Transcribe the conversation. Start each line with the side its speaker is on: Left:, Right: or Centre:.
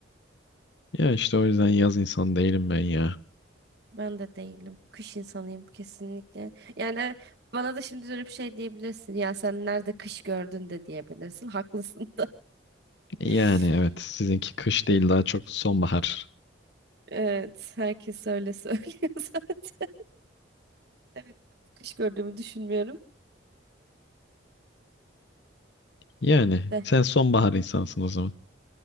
Left: Ya işte o yüzden yaz insanı değilim ben ya.
Right: Ben de değilim. Kış insanıyım kesinlikle. Yani bana da şimdi dönüp şey diyebilirsin. Ya sen nerede kış gördün de diyebilirsin. Haklısın.
Left: Yani
Right: <laughs>
Left: evet, sizinki kış değil daha çok sonbahar.
Right: Evet, herkes öyle söylüyor <laughs> zaten. Evet, kış gördüğümü düşünmüyorum.
Left: Yani
Right: De,
Left: sen sonbahar insansın o zaman.